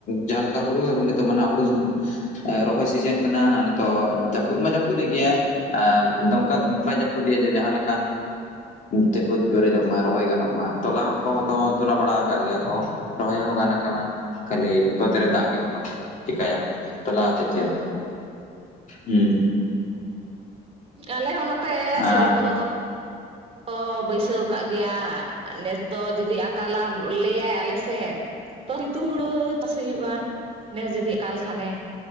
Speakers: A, on the left (about 50°); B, on the right (about 35°).
A: ᱡᱟᱦᱟᱸ ᱞᱮᱠᱟ ᱦᱩᱲᱩ ᱱᱤᱛᱚᱜ ᱢᱟᱱᱟᱜ ᱦᱩᱲᱩ ᱨᱚᱦᱚᱭ ᱥᱤᱡᱮᱱ ᱠᱟᱱᱟ ᱱᱤᱛᱚᱜ ᱡᱟᱹᱯᱩᱫ ᱢᱟ ᱡᱟᱹᱯᱩᱫᱮᱫ ᱜᱮᱭᱟ᱾ ᱟᱨ ᱫᱚᱝᱠᱟ ᱵᱟᱭ ᱡᱟᱹᱯᱩᱫᱮᱭᱟ ᱡᱮ ᱡᱟᱦᱟᱸᱞᱮᱠᱟ ᱡᱮ ᱵᱟᱹᱫ ᱯᱩᱨᱡᱚᱜ
B: ᱚ
A: ᱢᱟ ᱨᱚᱦᱚᱭ ᱜᱟᱱᱚᱜ ᱢᱟ ᱛᱚᱞᱟ ᱦᱚᱸᱠᱚ
B: ᱚ
A: ᱛᱚᱞᱟ ᱵᱟᱲᱟ ᱠᱟᱜ ᱜᱮᱭᱟ ᱠᱚ ᱨᱚᱦᱚᱭ ᱦᱚᱸ ᱜᱟᱱ ᱟᱠᱟᱱᱟ ᱠᱷᱟᱹᱞᱤ ᱵᱟᱹᱫᱽ
B: ᱚ
A: ᱨᱮ ᱫᱟᱜ ᱜᱮ ᱵᱟᱹᱱᱩᱜᱼᱟ, ᱪᱤᱠᱟᱭᱟᱢ? ᱛᱟᱦᱚᱞᱮ ᱟᱛᱩ ᱪᱮᱫ?
B: ᱦᱚᱸ
A: ᱦᱩᱸ᱾
B: ᱟᱞᱮ ᱦᱚᱸ ᱱᱚᱛᱮ
A: ᱟᱨ
B: ᱥᱮᱞᱚ ᱠᱚᱫᱚ ᱠᱚ ᱠᱚ ᱵᱟᱹᱭᱥᱟᱹᱣ ᱠᱟᱜ ᱜᱮᱭᱟ ᱱᱮᱥ ᱫᱚ ᱡᱩᱫᱤ ᱟᱨ ᱠᱟᱞᱟᱵ ᱞᱟᱹᱭᱟᱭ ᱟᱞᱮ ᱥᱮᱱ ᱛᱚ ᱱᱤᱛᱩᱝ ᱦᱳᱲᱳ ᱪᱟᱥ ᱦᱩᱭᱩᱜᱼᱟ᱾ ᱱᱮᱥ ᱡᱩᱫᱤ ᱟᱠᱟᱞ ᱠᱷᱟᱱᱮ᱾